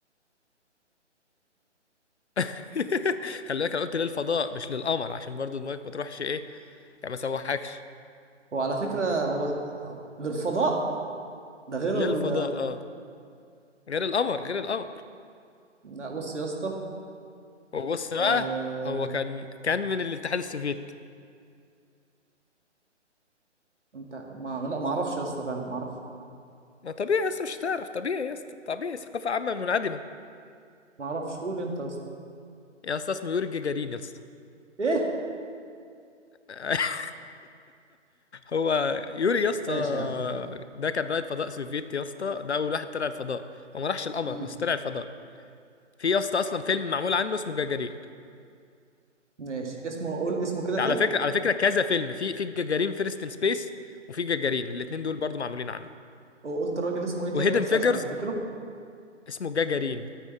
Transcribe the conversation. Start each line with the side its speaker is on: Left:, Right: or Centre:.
Left: <laughs> خلي بالك انا قلت للفضاء مش للقمر عشان برضو دماغك ما تروحش ايه يعني ما سوحكش
Right: هو على فكرة هو هو- للفضاء ده غير
Left: للفضاء
Right: ال...
Left: اه غير القمر غير القمر
Right: لا بص يا اسطى
Left: وبص بقى
Right: آه...
Left: هو كان كان من الاتحاد السوفيتي
Right: انت ما... لا ما اعرفش يا اسطى فعلا ما اعرفش
Left: ما طبيعي يا اسطى مش هتعرف طبيعي يا اسطى طبيعي ثقافة عامة منعدمة
Right: ما اعرفش قول انت يا اسطى
Left: يا اسطى اسمه يوري جاجارين يا اسطى
Right: ايه
Left: <laughs> هو يوري يا اسطى
Right: ماشي يا عم
Left: ده كان رائد فضاء سوفيتي يا اسطى ده اول واحد طلع الفضاء هو ما راحش القمر
Right: مم.
Left: بس طلع الفضاء في يا اسطى اصلا فيلم معمول عنه اسمه جاجارين
Right: ماشي اسمه قول اسمه كده تاني
Left: ده على فكرة على فكرة كذا فيلم في في جاجارين فيرست ان سبيس وفي جاجارين الاتنين دول برضو معمولين عنه
Right: قلت الراجل اسمه ايه تاني
Left: وهيدن
Right: بس
Left: فيجرز
Right: عشان افتكره
Left: اسمه جاجارين